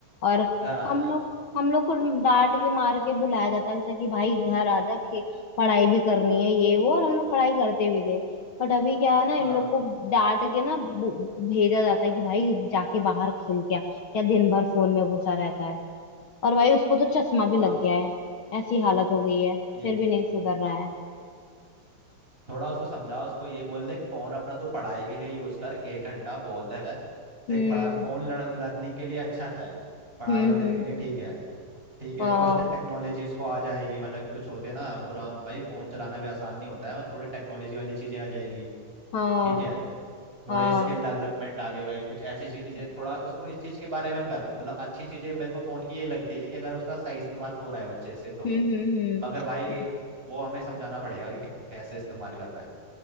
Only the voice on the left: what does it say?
और
हम
लोग हम लोग को डांट के मार के बुलाया जाता था कि भाई घर आ जा खे- पढ़ाई भी करनी है ये वो और हम लोग पढ़ाई करते भी थे बट अभी क्या है ना
इन लोग को डांट के ना बो- भेजा जाता है कि भाई जाके बाहर खेल क्या क्या दिन भर फोन में घुसा रहता है और भाई उसको तो चश्मा भी लग
गया है ऐसी हालत हो गई है
फिर
भी नहीं सुधर रहा है
हम्म
हम्म
हम्म
हाँ
हाँ
हाँ
हम्म हम्म
हम्म